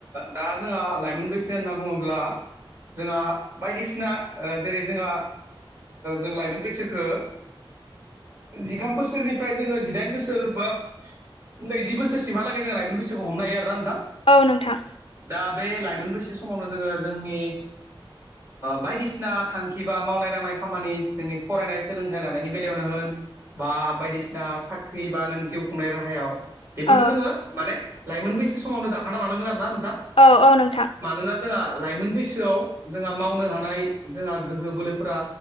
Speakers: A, on the right (about 30°); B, on the left (about 85°).
A: दा जोंहा लाइमोन बैसो होनना बुङोब्ला जोंहा बायदिसिना जेरै जोंहा जों लाइमोन बैसोखो जिथाम बोसोरनिफ्राय जोङो जिदाइन बोसोर बा नैजि बोसोरसिमहाला जों लायोमोनसखौ हनो हायो आरोना नोंथां।
B: औ नोंथां
A: दा बे लाइमोन बैसो समावनो जोङो जोंनि बायदिसिना थांखि बा मावनाय दांनाय खामानि जोंनि फरायनाय सोलोंथाइ लानायनि बेलायावनो होन बा बायदिसिना साख्रि बा नों जिउ खुंनाय राहायाव बेफोरखौ
B: औ
A: जोङो माने लाइमोन बैसो समावनो दाखाना लानांगोन आरो ना नोंथां।
B: औ औ नोंथां
A: मानोना जोंहा लाइमोन बैसोआव जोंहा मावनो हानाय जोंहा गोहो बोलोफोरा